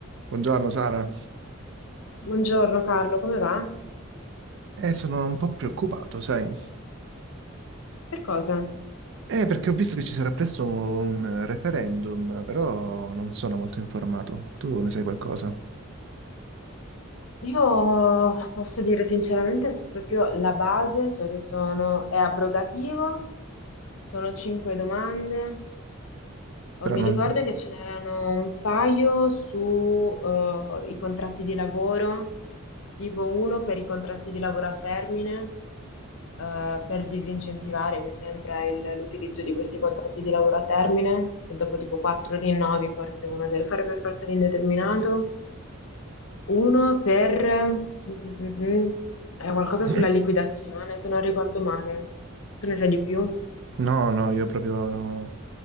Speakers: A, on the right; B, on the left.
A: Buongiorno Sara.
B: Buongiorno Carlo, come va?
A: Eh, sono un po' preoccupato, sai?
B: Per cosa?
A: Eh, perché ho visto che ci sarà presto un referendum, però non sono molto informato. Tu ne sai qualcosa?
B: Io posso dire sinceramente, su proprio la base, so che sono, è abrogativo, sono cinque domande.
A: Però
B: Oh, mi
A: non...
B: ricordo che ce n'erano un paio su eh, i contratti di lavoro, tipo uno per i contratti di lavoro a termine eh, per disincentivare, mi sembra, il- l'utilizzo di questi contratti di lavoro a termine, che dopo tipo quattro rinnovi forse uno deve fare per forza l'indeterminato, uno per... mm, mm, mm, era qualcosa
A: <clears throat>
B: sulla liquidazione, se non ricordo male. Tu ne sai di più?
A: No, no, io proprio